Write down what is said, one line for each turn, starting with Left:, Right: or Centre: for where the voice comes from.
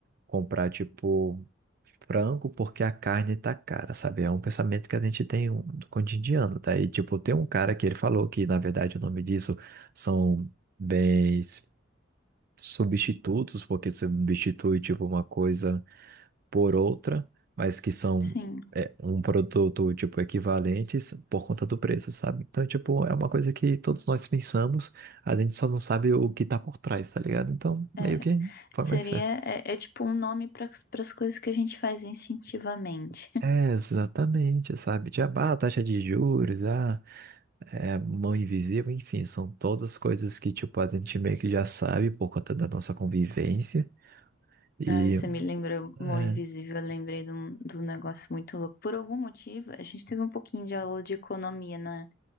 Right: comprar, tipo, frango porque a carne tá cara, sabe? É um pensamento que a gente tem um, do cotidiano, tá? E, tipo, tem um cara que ele falou que, na verdade, o nome disso são bens substitutos, porque substitui, tipo, uma coisa por outra, mas que são
Left: Sim.
Right: é, um produto, tipo, equivalentes por conta do preço, sabe? Então, tipo, é uma coisa que todos nós pensamos, a gente só não sabe o que tá por trás, tá ligado? Então,
Left: É,
Right: meio que foi
Left: seria,
Right: mais certo.
Left: é, é tipo um nome para as coisas que a gente faz instintivamente.
Right: É, exatamente, sabe? Tipo, ah, taxa de juros, ah, é, mão invisível, enfim, são todas coisas que, tipo, a gente meio que já sabe por conta da nossa convivência. E,
Left: Ah, você me lembrou
Right: é,
Left: Mão Invisível, eu lembrei de um, de um negócio muito louco. Por algum motivo, a gente teve um pouquinho de aula de economia na,